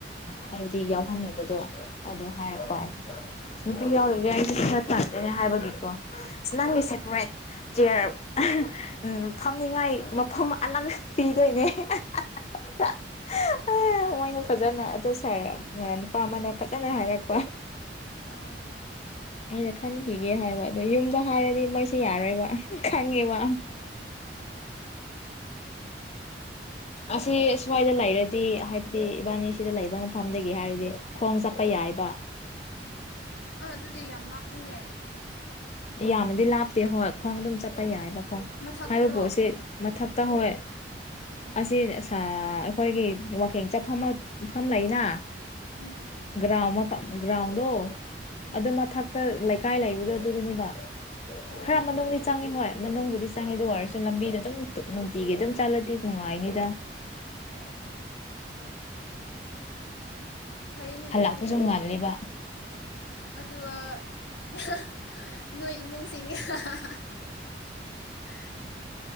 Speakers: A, on the left (about 40°); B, on the left (about 80°).
A: ꯍꯥꯏꯕꯗꯤ ꯌꯥꯎꯍꯟꯅꯤꯡꯕꯗꯣ ꯑꯗꯨ ꯍꯥꯏꯔꯛꯄ
B: ꯑꯣ
A: ꯍꯥꯏꯅꯦ ꯅꯨꯄꯤ ꯌꯥꯎꯔꯒꯦ ꯑꯩꯁꯨ ꯈꯔ ꯇꯜꯗꯦꯅꯦ ꯍꯥꯏꯕꯒꯤꯀꯣ ꯁ ꯅꯪꯒꯤ ꯁꯦꯄꯔꯦꯠ
B: ꯑꯣ
A: ꯆꯤꯌꯔ ꯑꯍꯥ ꯎꯝ ꯐꯝꯅꯤꯉꯥꯏ ꯃꯐꯝ ꯑꯂꯛ ꯄꯤꯗꯣꯏꯅꯦ ꯑꯍꯥ ꯍꯥ ꯍꯥ ꯍꯥ ꯍꯥ ꯍꯣꯏꯅ ꯐꯖꯅ ꯑꯗꯨ ꯁꯥꯔ ꯑꯝ ꯑꯥ ꯅꯨꯄꯥ ꯑꯃꯅ ꯐꯖꯅ ꯍꯥꯏꯔꯛꯄ
B: ꯑꯣ
A: ꯑꯩꯅ ꯈꯟꯈꯤꯒꯦ ꯍꯥꯏꯕ ꯑꯗꯨ ꯌꯨꯝꯗ ꯍꯥꯏꯔꯗꯤ ꯃꯣꯏꯁꯤ ꯌꯥꯔꯣꯏꯕ ꯈꯪꯉꯦꯕ
B: ꯑꯣ ꯑꯣ
A: ꯑꯁꯤ ꯁ ꯁ꯭ꯋꯥꯏꯗ ꯂꯩꯔꯗꯤ ꯍꯥꯏꯕꯗꯤ ꯏꯕꯥꯅꯤꯁꯤꯗ ꯂꯩꯕ ꯃꯐꯝꯗꯒꯤ ꯍꯥꯏꯔꯗꯤ ꯈꯣꯡ ꯆꯠꯄ ꯌꯥꯏꯕ
B: ꯑ ꯑꯗꯨꯗꯤ ꯌꯥꯝ ꯂꯥꯞꯇꯦꯍꯦ
A: ꯌꯥꯝꯅꯗꯤ ꯂꯥꯞꯇꯦ ꯍꯣꯏ ꯈꯣꯡ ꯑꯗꯨꯝ ꯆꯠꯄ ꯌꯥꯏꯕꯀꯣ
B: ꯃꯊꯛꯇꯔꯣ
A: ꯍꯥꯏꯕꯕꯨ ꯁꯤ ꯃꯊꯛ ꯇ ꯍꯣꯏ
B: ꯎꯝ
A: ꯑꯁꯤ ꯁꯥ ꯑꯈꯣꯏꯒꯤ ꯋꯥꯀꯤꯡ ꯆꯠꯐꯝ ꯃꯐꯝ ꯂꯩꯅ
B: ꯎꯝ
A: ꯒ꯭ꯔꯥꯎ ꯃꯐ ꯒ꯭ꯔꯥꯎꯟꯗꯣ
B: ꯎꯝ
A: ꯑꯗꯨ ꯃꯊꯛꯇ
B: ꯎꯝ
A: ꯂꯩꯀꯥꯏ ꯂꯩꯕꯗꯣ ꯑꯗꯨꯗꯨꯅꯦꯕ
B: ꯑꯣ
A: ꯈꯔ ꯃꯅꯨꯡꯗꯤ ꯆꯪꯉꯤ ꯍꯣꯏ꯫ ꯃꯅꯨꯡꯕꯨꯗꯤ ꯆꯪꯉꯤ ꯗꯨ ꯑꯣꯏꯔꯁꯨ ꯂꯝꯕꯤꯗ ꯑꯗꯨꯝ ꯇꯨ ꯅꯨꯡꯇꯤꯒꯤ ꯑꯗꯨꯝ ꯆꯠꯂꯗꯤ ꯅꯨꯡꯉꯥꯏꯅꯤꯗ
B: ꯑꯣ ꯐꯩꯅꯦ
A: ꯍꯜꯂꯛꯄꯁꯨ
B: ꯑꯗꯨꯗꯤ
A: ꯉꯜꯂꯤꯕ
B: ꯑꯗꯨꯒ ꯑꯍꯥ ꯍ ꯅꯣꯏ ꯏꯃꯨꯡꯁꯤꯡ ꯑꯥꯍ ꯍꯥ ꯍꯥ ꯍꯥ ꯍꯥ